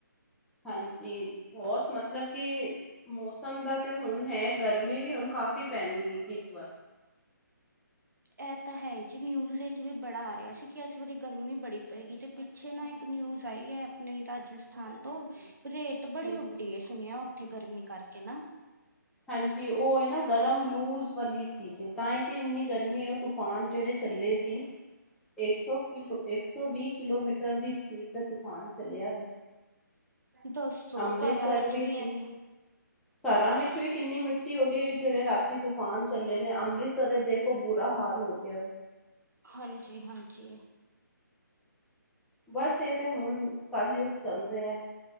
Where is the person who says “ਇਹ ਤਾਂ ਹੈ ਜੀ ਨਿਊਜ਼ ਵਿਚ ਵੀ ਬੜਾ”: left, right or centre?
Right